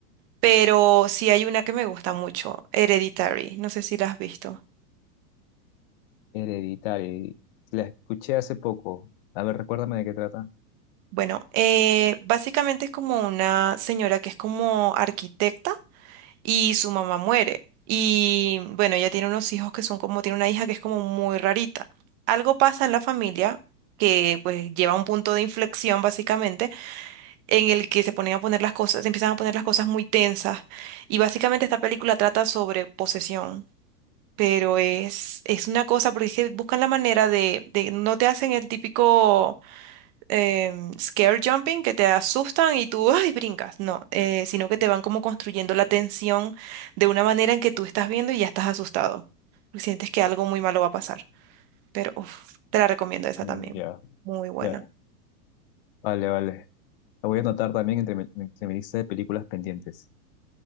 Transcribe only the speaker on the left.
Hereditaria. La escuché hace poco. A ver, recuérdame de qué trata.
Mm,
Ya,
ya. Vale, vale. La voy a anotar también entre mi, entre mi lista de películas pendientes.